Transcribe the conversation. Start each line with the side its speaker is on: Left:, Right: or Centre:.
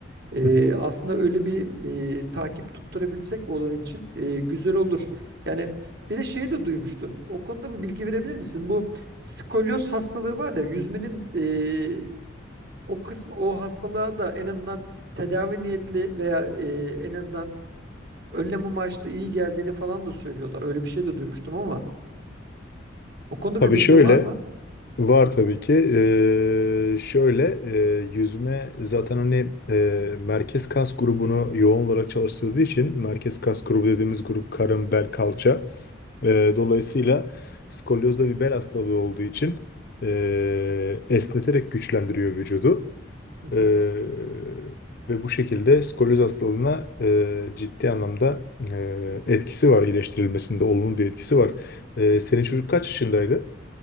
Right: E,
Left: Hı hı.
Right: aslında öyle bir e, takip tutturabilsek olan için e, güzel olur. Yani bir de şey de duymuştum. O konuda bir bilgi verebilir misin? Bu skolyoz hastalığı var ya yüzmenin e, o kısmı o hastalığa da en azından tedavi niyetli veya e, en azından önlem amaçlı iyi geldiğini falan da söylüyorlar. Öyle bir şey de duymuştum ama o konuda
Left: Tabii
Right: bir bilgin
Left: şöyle
Right: var mı?
Left: Var tabii ki. Ee, şöyle e, yüzme zaten hani e, merkez kas grubunu yoğun olarak çalıştırdığı için merkez kas grubu dediğimiz grup karın, bel, kalça. Ee, dolayısıyla skolyoz da bir bel hastalığı olduğu için e, esneterek güçlendiriyor vücudu.
Right: Hı hı.
Left: Ee, ve bu şekilde skolyoz hastalığına e, ciddi anlamda e, etkisi var iyileştirilmesinde olumlu bir etkisi var. Ee, senin çocuk kaç yaşındaydı?